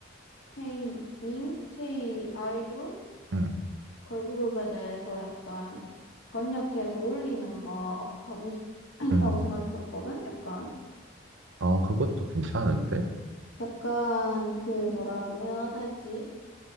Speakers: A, on the left (about 75°); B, on the right (about 80°).
A: K 밈, K 아이돌의
B: 음,
A: 걸그룹에 대해서 약간 번역해서 올리는 거 하고 싶다고
B: 음.
A: <clears throat> 생각했었거든. 약간
B: 아, 그것도 괜찮은데?
A: 약간 그 뭐라고 해야 되지?